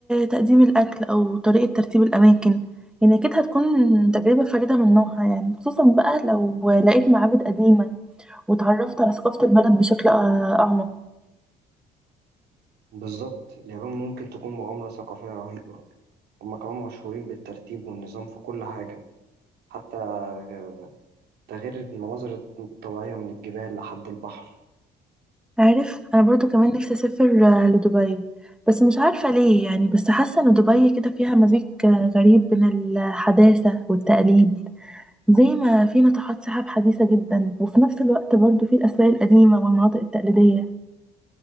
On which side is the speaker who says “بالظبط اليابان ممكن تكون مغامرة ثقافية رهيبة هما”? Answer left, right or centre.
Right